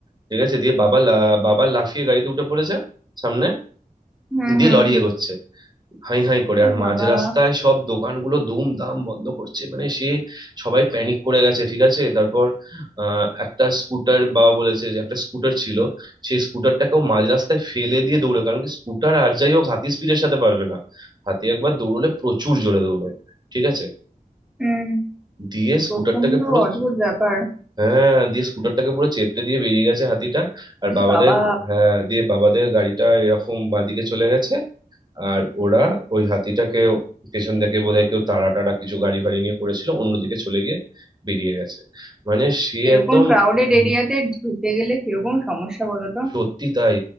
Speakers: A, on the right (about 30°); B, in the centre.
A: ঠিক আছে দিয়ে বাবা লা- বাবা লাফিয়ে গাড়িতে উঠে পড়েছে সামনে
B: হুম
A: দিয়ে
B: হুম
A: লরি এগোচ্ছে হাই হাই করে
B: ও
A: আর
B: বাবা
A: মাঝ রাস্তায় সব দোকানগুলো দুমদাম বন্ধ করছে মানে সে সবাই প্যানিক করে গেছে ঠিক আছে তারপর আহ, একটা স্কুটার বাবা বলেছে যে একটা স্কুটার ছিল সেই স্কুটারটাকেও মাঝ রাস্তায় ফেলে দিয়ে দৌড়ে কারণ কি স্কুটার আর যাই হোক হাতি স্পিডের সাথে পারবে না হাতি একবার দৌড়লে প্রচুর জোরে দৌড়বে ঠিক আছে
B: হুম
A: দিয়ে স্কুটারটাকে
B: প্রচন্ড
A: পুরো
B: অদ্ভুত ব্যাপার
A: হ্যাঁ দিয়ে স্কুটারটাকে পুরো চেপটে দিয়ে বেরিয়ে গেছে হাতিটা আর
B: ই
A: বাবাদের
B: বাবা
A: হ্যাঁ দিয়ে বাবাদের গাড়িটা এরকম বাঁদিকে চলে গেছে আর ওরা ওই হাতিটাকে পেছন থেকে বোধহয় কেউ তাড়া টাড়া কিছু গাড়ি ফাড়ি নিয়ে করেছিল অন্যদিকে চলে গিয়ে বেরিয়ে গেছে মানে সে
B: এরকম
A: একদম
B: ক্রাউডেড
A: উম,
B: এরিয়াতে ঢুকে গেলে কিরকম সমস্যা বলো তো
A: সত্যি তাই